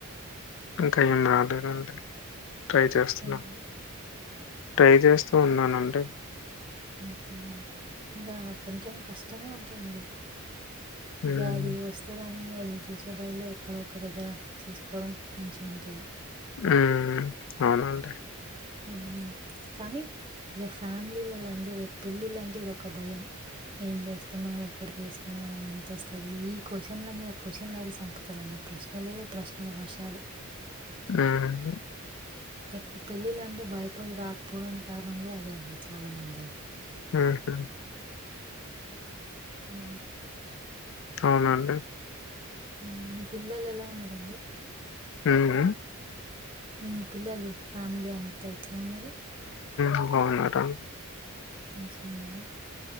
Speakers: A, on the left; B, on the right.
A: అంతే నేము అడగండి
B: హ్మ్.
A: ట్రై చేస్తున్నాం
B: ఏందండి?
A: ట్రై చేస్తూ ఉన్నానండి
B: ఆహా ఇంకా కొంచం కష్టమే ఉందండి
A: హ్మ్.
B: గ్యాది కోస్ ఎక్కడా అని ఎదురు చూసే బదులు ఎక్కడ ఒక్క దగ్గర తిసుకోవడం మంచిగా ఉంటాది
A: ఉ అవునండి
B: ఉ కానీ ఏ ఫ్యామిలీలలా అంటే ర పెళ్ళిళ అంటే ఇదొ ఒక భయం ఏం చేస్తున్నావు ఎక్కడ చేస్తున్నావు ఎంత వస్తుంది ఈ క్వశ్చన్ల మీద క్వశ్చన్లో అడిగి చంపుతారండి ప్రశ్న ఇల్లే ప్రశ్నలు వర్షాలు
A: హ్మ్మ్
B: ఎక్కువ పెళ్ళిళ్ళ అంటే భయపడి రాకపోవడానికి కారణం కూడా అదే అండి చాలా మంది
A: ఉహు
B: ఉ
A: అవున
B: హు మీ పిల్లలు ఎలా ఉన్నారండి
A: ఉహు
B: మీ పిల్లలు ఫ్యామిలీ అంతా ఎట్లా ఉన్నారు
A: ఉ అవును మేడమ్
B: ఇచ్చున్న